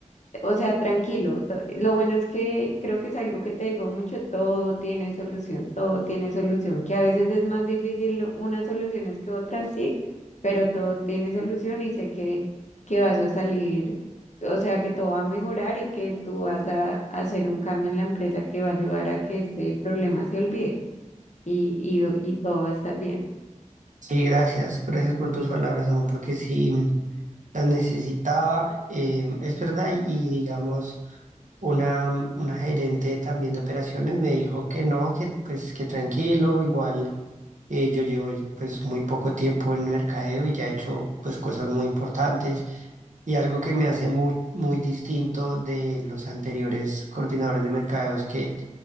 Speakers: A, on the left (about 65°); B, on the right (about 75°).
A: o sea, tranquilo. to- Lo bueno es que creo que es algo que te digo mucho, todo tiene solución, todo tiene solución, que a veces es más difícil unas soluciones que otras, sí, pero todo tiene solución y sé que, que vas a salir, o sea, que todo va a mejorar y que tú vas a hacer un cambio en la empresa que va a ayudar a que este problema se olvide y, y, y todo va a estar bien.
B: sí, gracias, gracias por tus palabras, amor, porque sí, las necesitaba, eh, es verdad, y, y digamos, una, mm, una gerente también de operaciones me dijo que no, que pues que tranquilo, igual eh, yo llevo pues muy poco tiempo en mercadeo y ya he hecho pues cosas muy importantes y algo que me hace muy, muy distinto de los anteriores coordinadores de mercadeo es que